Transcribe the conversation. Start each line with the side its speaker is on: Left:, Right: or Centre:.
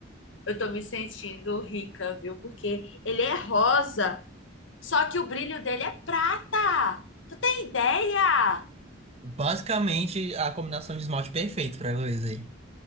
Left: Eu tô me sentindo rica, viu? Porque ele é rosa, só que o brilho dele é prata. Tu tem ideia?
Right: Basicamente, a combinação de esmalte perfeito pra Heloísa aí.